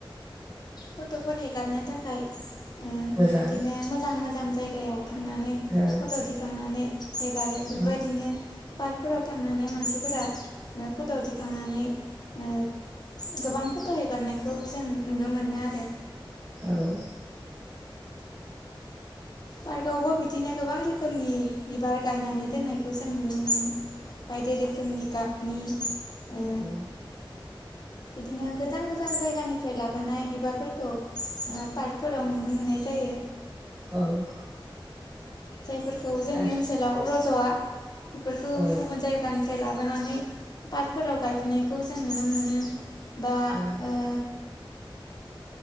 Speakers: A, on the left; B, on the right.
A: फट'फोर हेगारनो थाखाय ओ
B: मोजां
A: बिदिनो मोजां मोजां जायगायाव थांनानै
B: औ
A: फट' दिखांनानै हेगारो बेबायदिनो
B: औ
A: पार्कफोराव थांनानै मानसिफोरा ओ फट' दिखांनानै ओ गोबां फट' हेगारनायखौ जों नुनो मोनो आरो
B: आरो
A: पार्कआवबो बिदिनो गोबां रोखोमनि बिबार गायनानै दोननायखौ जों नुनो मोनो। बायदि रोखोमनि गाबनि ओ
B: औ
A: बिदिनो गोजान गोजान जायगानिफ्राय लाबोनाय बिबारफोरखौ ओ पार्कफोराव नुनो मोननाय जायो।
B: औ
A: जायफोरखौ जोंनि
B: आरो
A: ओनसोलाव रज'आ। बेफोरखौ
B: औ
A: गुबुन जायगानि फ्राय लाबोनानै पार्कफोराव गायफैनायखौ जों नुनो मोनो। बा
B: औ
A: ओ